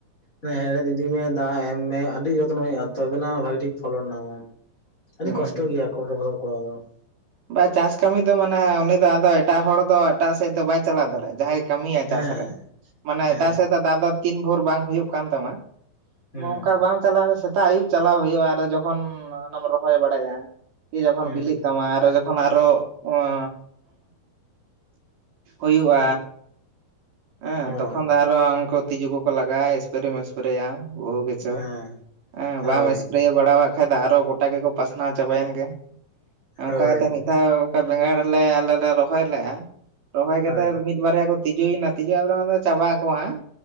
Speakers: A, on the left; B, on the right.
A: ᱦᱮᱸ ᱦᱮᱲᱮᱫᱽ ᱤᱫᱤ ᱢᱮ ᱫᱟᱜ ᱮᱢ ᱢᱮ ᱟᱰᱤ ᱡᱚᱛᱱᱚ ᱦᱩᱭᱩᱜ-ᱟ, ᱛᱚᱵᱮᱱᱟ ᱵᱷᱟᱜᱤ ᱴᱷᱤᱠ ᱯᱷᱚᱞᱚᱱ ᱱᱟᱢ ᱢᱟᱢ᱾ ᱟᱹᱰᱤ
B: ᱦᱮᱸ
A: ᱠᱚᱥᱴᱚ ᱜᱮᱭᱟ ᱠᱚᱴᱨᱚ ᱯᱷᱚᱥᱚᱞ ᱠᱚᱨᱟ ᱫᱚ᱾
B: ᱵᱟ ᱪᱟᱥ ᱠᱟᱢᱤ ᱫᱚ ᱢᱟᱱᱮ ᱩᱱᱤ ᱫᱚ ᱟᱫᱚ ᱮᱴᱟᱜ ᱦᱚᱲ ᱫᱚ ᱮᱴᱟᱜ ᱥᱮᱜ ᱫᱚ ᱵᱟᱭ ᱪᱟᱞᱟᱣ ᱫᱟᱲᱮᱜ-ᱟ, ᱡᱟᱦᱟᱸᱭ ᱠᱟᱢᱤᱭᱟ
A: ᱦᱮᱸ
B: ᱪᱟᱥ ᱨᱮ ᱢᱟᱱᱮ
A: ᱦᱮᱸ
B: ᱮᱴᱟᱜ ᱥᱮᱜ ᱫᱚ ᱟᱫᱚ ᱛᱤᱱ ᱵᱷᱳᱨ ᱵᱟᱝ ᱦᱩᱭᱩᱜ ᱠᱟᱱ ᱛᱟᱢᱟ ᱾
A: ᱦᱩᱸ
B: ᱵᱚ ᱚᱝᱠᱟ ᱵᱟᱢ ᱪᱟᱞᱟᱣ ᱥᱮᱛᱟᱜ ᱟᱹᱭᱩᱵ ᱪᱟᱞᱟᱣ ᱦᱩᱭᱩᱜ-ᱟ ᱟᱨ ᱡᱚᱠᱷᱚᱱ ᱟᱨ ᱚᱱᱟᱢ ᱨᱚᱦᱚᱭ ᱵᱟᱲᱟᱭᱟ, ᱯᱷᱤᱨ ᱡᱚᱠᱷᱚᱱ
A: ᱦᱩᱸ
B: ᱵᱤᱞᱤᱜ ᱛᱟᱢᱟ ᱟᱨᱚ ᱡᱚᱠᱷᱚᱱ ᱟᱨᱚ ᱚᱶᱚ ᱦᱩᱭᱩᱜᱼᱟ ᱾ ᱮᱸ
A: ᱦᱳᱭ
B: ᱛᱚᱠᱷᱚᱱ ᱫᱚ ᱟᱨᱚ ᱩᱝᱠᱩ ᱛᱤᱡᱩ ᱠᱚᱠᱚ ᱞᱟᱜᱟᱜᱼᱟ ᱮᱥ ᱯᱨᱮ ᱢᱮᱥ ᱯᱨᱮᱭᱟᱢ ᱵᱚᱦᱩ ᱠᱤᱪᱷᱩ
A: ᱦᱮᱸ
B: ᱦᱮᱸ
A: ᱦᱳᱭ
B: ᱵᱟᱢ ᱮᱥᱯᱨᱮ ᱵᱟᱲᱟᱣᱟᱜ ᱠᱷᱟᱡ ᱫᱚ ᱟᱨᱚ ᱜᱚᱴᱟ ᱜᱮᱠᱚ ᱯᱟᱥᱱᱟᱣ ᱪᱟᱵᱟᱭᱮᱱ ᱜᱮ,
A: ᱦᱳᱭ
B: ᱚᱝᱠᱟ ᱠᱟᱛᱮ ᱢᱤᱫ ᱫᱷᱟᱣ ᱚᱠᱟ ᱵᱮᱸᱜᱟᱲ ᱞᱮ ᱟᱞᱮ ᱞᱮ ᱨᱚᱦᱚᱭ ᱞᱮᱜᱼᱟ, ᱨᱚᱦᱚᱭ
A: ᱦᱳᱭ
B: ᱠᱟᱛᱮ ᱢᱤᱫ ᱵᱟᱨᱭᱟ ᱠᱚ ᱛᱤᱡᱩᱭᱮᱱᱟ ᱾ ᱛᱤᱡᱩ ᱟᱞᱮᱫᱚ ᱢᱮᱱᱫᱟ ᱪᱟᱵᱟᱜ ᱟᱠᱚ ᱦᱟᱸᱜ,